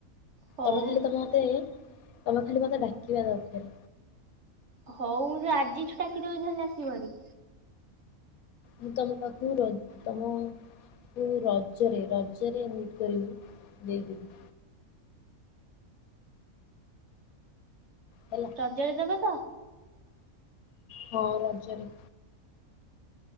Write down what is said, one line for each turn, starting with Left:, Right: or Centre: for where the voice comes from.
Right: ହଉ
Left: ତମେ ଖାଲି ତମେ ମତେ ତମେ ଖାଲି ମତେ ଡାକିବା ଦରକାର।
Right: ହଉ ମୁଁ ତ ଆଜିଠୁ ଡାକିଦଉଛି ହେଲେ ଆସିବ ଭରି।
Left: ମୁଁ ତମ ପାଖକୁ ରଜ ତମ ମୁୁ ରଜରେ ରଜରେ ମିଟ୍ କରିବି ଦେଇଦବି। ହେଲା
Right: ରଜ ରେ ଦବ ତ?
Left: ହଁ ରଜ ରେ।